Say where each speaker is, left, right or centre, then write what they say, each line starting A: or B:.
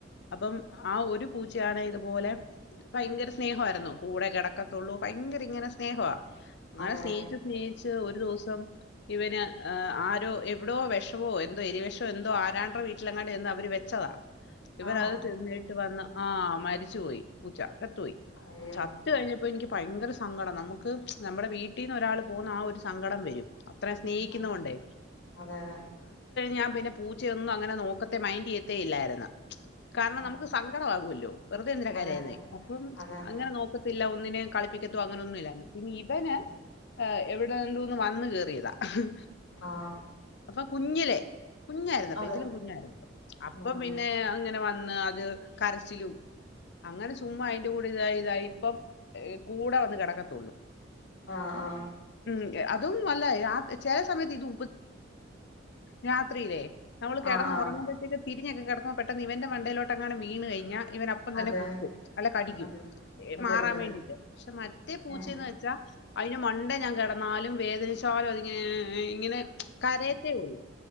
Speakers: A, on the left; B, on the left.
A: അപ്പം ആഹ് ഒരു പൂച്ചയാണ് ഇതുപോലെ ഭയങ്കര സ്നേഹവായിരുന്നു. കൂടെ കെടക്കും ത്തുള്ളൂ ഭയങ്കര ഇങ്ങനെ സ്നേഹവാ. അങ്ങനെ
B: അതെ
A: സ്നേഹിച്ചു
B: അതെ
A: സ്നേഹിച്ച് ഒരു ദിവസം ഇവന് ഏഹ് ആരോ എവിടോ വെഷവോ എന്തോ എലി വെഷവോ എന്തോ ആരാണ്ട്ര വീട്ടിലെങ്ങാണ്ട് ചെന്ന് അവര് വെച്ചതാ. ഇവനത്
B: ആണോ
A: തിന്നിട്ട് വന്ന് ആ മരിച്ചു പോയി പൂച്ച ചത്തുപോയി
B: അയ്യോ
A: ചത്ത് കഴിഞ്ഞ പ്പം എനിക്ക് ഭയങ്കര സങ്കടം നമുക്ക് നമ്മുടെ വീട്ടിന്ന് ഒരാൾ പോകുന്ന ആ ഒരു സങ്കടം വരും അത്രേം സ്നേഹിക്കുന്ന
B: മനസ്സിലായി
A: കൊണ്ടേ
B: അതെ അതെ
A: ഞാൻ പിന്നെ പൂച്ചയൊന്നും അങ്ങനെ നോക്കത്തെ മൈന്റെയ്യത്തെ ഇല്ലായിരുന്നു കാരണം
B: ഉം
A: നമുക്ക് സങ്കടവാവുഅല്ലോ വെറുതെ എന്ദിന കരയുന്നെ
B: അതെ
A: അപ്പം
B: അതെ അതെ അതെ
A: അങ്ങനെ നോക്കത്തില്ല ഒന്നിനേം കളിപ്പിക്കത്തോ അങ്ങനൊന്നുംല്ല പിന്നെ ഇവന്
B: ഉം
A: ഏഹ് എവി ഗാഗുന്ന് വന്ന് കേറിയതാ എഹ്
B: ആഹ്
A: അപ്പ കുഞ്ഞിലേ കുഞ്ഞായിരുന്നപ്പ
B: അതെ
A: ഇതിലും കുഞ്ഞായിരുന്നപ്പ അപ്പ
B: ഉം ഉം
A: പിന്നെ അങ്ങനെ വന്ന് അത് കരച്ചിലും അങ്ങനെ ചുമ്മായി കൂടി ഇതായി തായി ഇപ്പം ഹ് കൂടെ വന്ന് കിടക്കത്തുള്ളൂ
B: ആഹ് ആഹ്
A: ഉം എ അതൊന്നു അല്ല യാ ചെ സമയത് ഇതു രാത്രിയിലേ നമ്മൾ കിടന്ന്
B: ആഹ് ആഹ്
A: ഉറങ്ങുമ്പഴത്തേക്ക് തിരിഞ്ഞങ് കെടക് കൊ പെട്ടന്ന് ഇവന്റെ മണ്ടയിലോട്ട്ങ്ങാനും വീണ് കഴിഞ്ഞ ഇവനപ്പം തന്നെ
B: അതെ
A: കുത്തും അല്ല കടിക്കും
B: അതെ അതെ
A: മാറാൻ
B: അതെ അതെ
A: വേണ്ടിട്ട് പക്ഷെ മറ്റേ പൂച്ചന്ന്
B: ആഹ്
A: വെച്ചാൽ അതിന് മണ്ട ഞാൻ കെട ന്നാലും വേദനിച്ചാലും അതിങ്ങെ നേയ് ഇങ്ങനെ കരയത്തേ ഉള്ളൂ